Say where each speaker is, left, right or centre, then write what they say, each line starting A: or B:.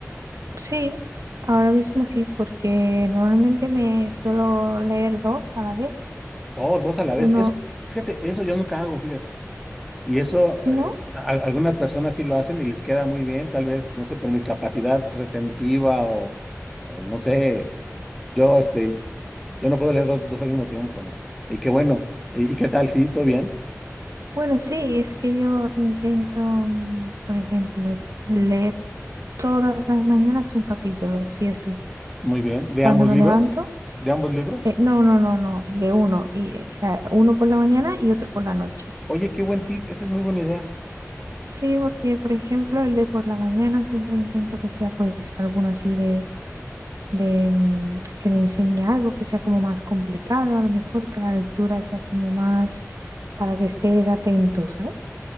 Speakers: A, on the right; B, in the centre.
A: sí, ahora mismo sí, porque normalmente me suelo leer dos a la vez.
B: Oh, dos a la vez.
A: Uno,
B: Eso, fíjate, eso yo nunca hago, fíjate. Y eso,
A: ¿no?
B: eh, a- algunas personas sí lo hacen y les queda muy bien, tal vez, no sé, por mi capacidad retentiva o, o no sé, yo, este, yo no puedo leer dos, dos al mismo tiempo, ¿no? Y qué bueno. ¿Y, y qué tal? Sí, todo bien,
A: Bueno, sí, es que yo intento, mm, por ejemplo, leer todas las mañanas un capítulo, sí o sí.
B: muy bien. ¿De
A: Cuando
B: ambos
A: me
B: libros?
A: levanto,
B: ¿De ambos libros?
A: eh, no, no, no, no, de uno, y, o sea, uno por la mañana y otro por la noche.
B: Oye, qué buen tip, esa es muy buena idea.
A: Sí, porque, por ejemplo, el de por la mañana siempre intento que sea, pues, alguno así de, de, mm, que me enseñe algo, que sea como más complicado, a lo mejor que la lectura sea como más para que estés atento, ¿sabes?